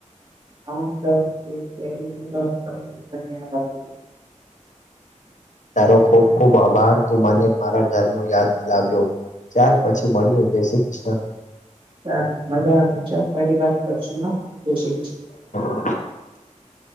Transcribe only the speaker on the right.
આમ રસ એ કેરી. <inaudible>
હ બધા વિચાર ફરી વાત કરશું ના જય શ્રી કૃષ્ણ.